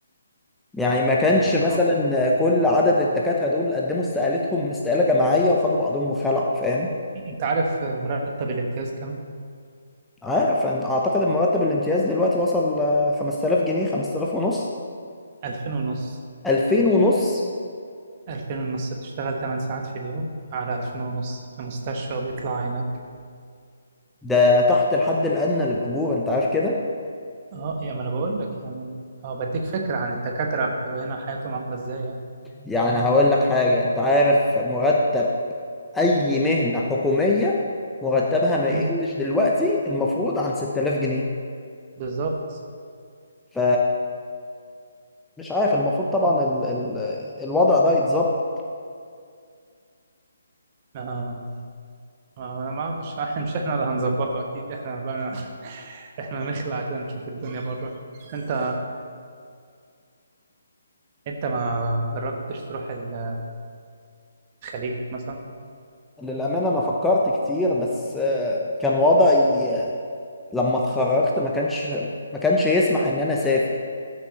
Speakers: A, in the centre; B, on the right.
A: يعني ما كانش
B: مش صعب
A: مثلا كل عدد الدكاترة دول قدموا استقالتهم استقالة جماعية وخدوا بعضهم وخلعوا فاهم
B: أنت عارف مرتب الامتياز كام؟
A: عارف أنا أعتقد إن مرتب الامتياز دلوقتي وصل آه، 5000 جنيه 5000 ونص
B: 2000 ونص
A: 2000 ونص
B: 2000 ونص بتشتغل 8 ساعات في اليوم على 2000 ونص في مستشفى وبيطلع عينك
A: ده تحت الحد الأدنى للأجور أنت عارف كده
B: أه يا ما أنا بقول لك يعني أه بديك فكرة عن الدكاترة بتبقى هنا حياتهم عاملة إزاي يعني
A: يعني هقول لك حاجة أنت عارف مرتب أي مهنة حكومية مرتبها ما
B: أمم،
A: يقلش دلوقتي المفروض عن 6000 جنيه
B: بالظبط
A: ف مش عارف المفروض طبعا ال ال الوضع ده يتظبط
B: آه، آه، انا ما مش <laughs> مش احنا اللي هنظبطه اكيد احنا بقى <laughs> احنا نخلع عشان نشوف الدنيا بره طب انت انت ما جربتش تروح ال- الخليج مثلا
A: للأمانة أنا فكرت كتير بس آه، كان وضعي آه، لما اتخرجت ما كانش ما كانش يسمح إن أنا أسافر